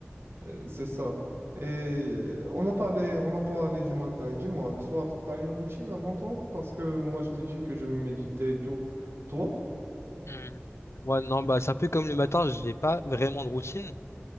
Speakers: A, on the right; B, on the left.
A: euh, c'est ça. Et euh, on a parlé, on a parlé du matin. Dis-moi, le soir, t'as une routine avant toi? Parce que moi, je t'ai dit que je méditais et tout. Toi?
B: Hum, Moi non, bah c'est un peu comme le matin, j'ai pas vraiment de routine.